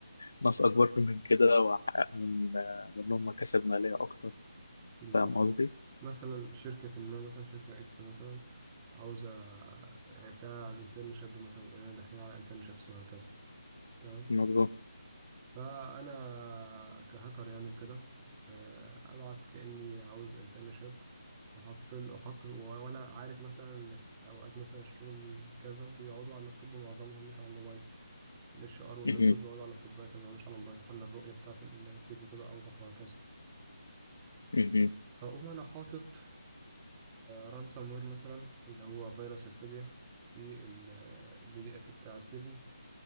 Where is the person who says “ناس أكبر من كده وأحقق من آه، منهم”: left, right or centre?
Left